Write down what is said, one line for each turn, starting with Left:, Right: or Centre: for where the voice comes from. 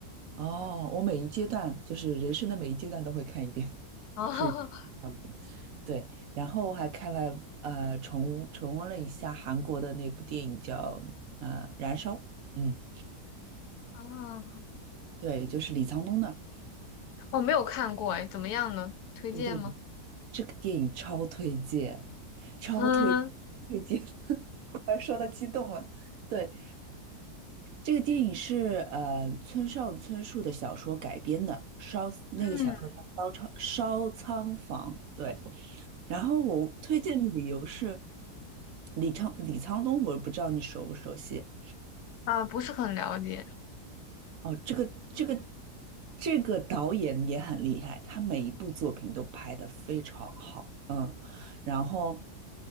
Right: 哦，我每一阶段就是人生的每一阶段都会看一遍，
Left: <laughs> 哦。
Right: 属于差不多对。然后我还看了呃重重温了一下韩国的那部电影叫呃《燃烧》，嗯，
Left: 哦，
Right: 对，就是李沧东的
Left: 我没有看过，哎，怎么样呢？推荐吗？
Right: 这个电影。这个电影超推荐，超推
Left: 嗯
Right: 推荐，<laughs> 忽然说到激动了。对，这个电影是呃村上春树的小说改编的，烧那个小说叫《烧仓烧仓房》。
Left: 嗯
Right: 对，然后我推荐的理由是李昌李沧东，我不知道你熟不熟悉。
Left: 啊，不是很了解。
Right: 哦，这个这个这个导演也很厉害，他每一部作品都拍得非常好，嗯，然后